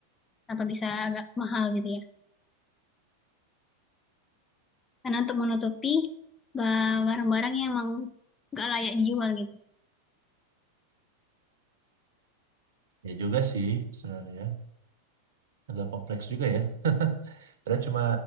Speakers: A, on the left (about 20°); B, on the right (about 60°).
A: Kenapa bisa agak mahal gitu ya? Karena untuk menutupi ba- barang-barang yang emang nggak layak dijual gitu.
B: Ya juga sih sebenarnya agak kompleks juga ya. <laughs> Karena cuma